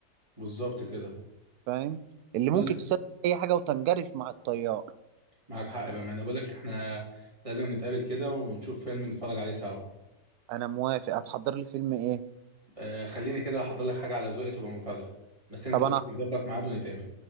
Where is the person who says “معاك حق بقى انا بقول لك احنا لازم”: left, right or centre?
Right